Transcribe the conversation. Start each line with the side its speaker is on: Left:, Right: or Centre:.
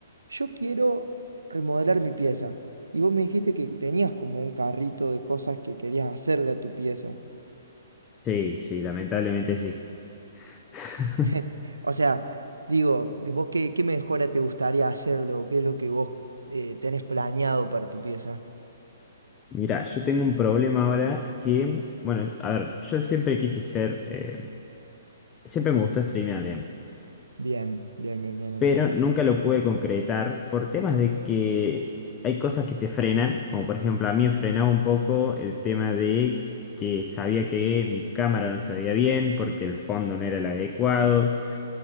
Right: Yo quiero remodelar mi pieza. Y vos me dijiste que tenías como un carrito de cosas que querías hacerle a tu pieza.
Left: Sí, sí, lamentablemente sí. <laughs>
Right: <laughs> O sea, digo, ¿vos qué, qué mejora te gustaría hacerle o qué es lo que vos eh, tenés planeado para tu pieza?
Left: Mira, yo tengo un problema ahora que, bueno, a ver, yo siempre quise ser, eh, siempre me gustó streamear, digamos,
Right: Bien, bien, bien, bien, entiendo.
Left: pero nunca lo pude concretar por temas de que hay cosas que te frenan, como por ejemplo a mí me frenaba un poco el tema de que sabía que mi cámara no se veía bien porque el fondo no era el adecuado.